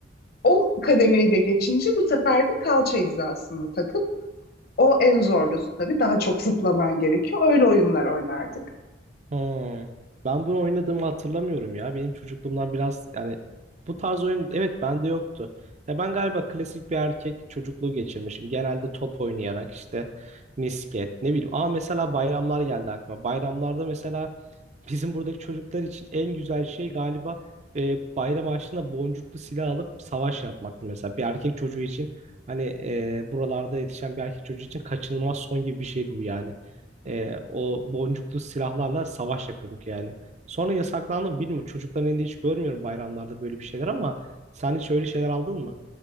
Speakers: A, on the left; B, on the right.
A: O kademeyi de geçince bu sefer de kalça hizasını takıp o en zorlusu tabii daha çok zıplaman gerekiyor. Öyle oyunlar oynardık.
B: Hmm. Ben bunu oynadığımı hatırlamıyorum ya. Benim çocukluğumdan biraz yani bu tarz oyun evet bende yoktu. Ya ben galiba klasik bir erkek çocukluğu geçirmişim. Genelde top oynayarak işte misket ne bileyim. Aa mesela bayramlar geldi aklıma. Bayramlarda mesela Bizim buradaki çocuklar için en güzel şey galiba e, bayram harçlığında boncuklu silah alıp savaş yapmaktı mesela. Bir erkek çocuğu için hani e, buralarda yetişen bir erkek çocuğu için kaçınılmaz son gibi bir şeydi bu yani. E, o boncuklu silahlarla savaş yapıyorduk yani. Sonra yasaklandı mı bilmiyorum. Çocukların elinde hiç görmüyorum bayramlarda böyle bir şeyler ama sen hiç öyle şeyler aldın mı?